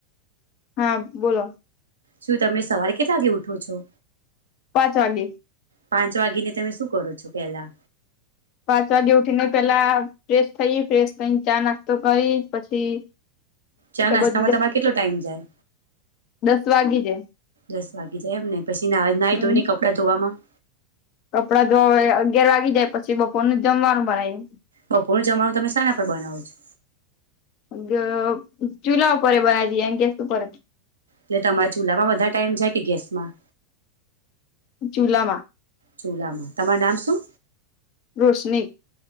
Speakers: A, on the left; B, on the right.
A: હા બોલો.
B: શું તમે સવારે કેટલા વાગે ઉઠો છો?
A: પાંચ વાગે.
B: પાંચ વાગી ને તમે શું કરો છો પેલા?
A: પાંચ વાગે ઉઠી ને પેલા ફ્રેશ થઈ, ફ્રેશ થઈને ચા નાસ્તો કરી પછી
B: ચા નાસ્તામાં
A: બધું
B: તમારે કેટલો ટાઈમ જાય?
A: દસ વાગી જાય.
B: દસ વાગી જાય એમને. પછી ના નાહી
A: હમ
B: ધોય ને કપડા ધોવામાં
A: કપડાં ધવે અગિયાર વાગી જાય પછી બપોરનું જમવાનું બનાય.
B: બપોરનું જમાનું તમે શના પર બનાવો છો?
A: ગ ચૂલા ઉપેયે બનાવી દઈએ ગેસ ઉપચ
B: એટલે તમારા ચૂલામાં વધારે ટાઈમ જાય કે ગેસમાં?
A: ચૂલામાં
B: ચૂલામાં, તમાર નામ શું?
A: રોશની.